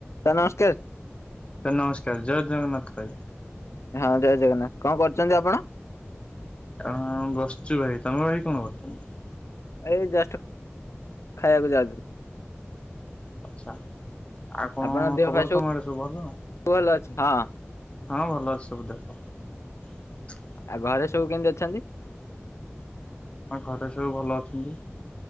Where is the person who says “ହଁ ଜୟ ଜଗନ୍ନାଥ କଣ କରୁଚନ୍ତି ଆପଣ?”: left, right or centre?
Left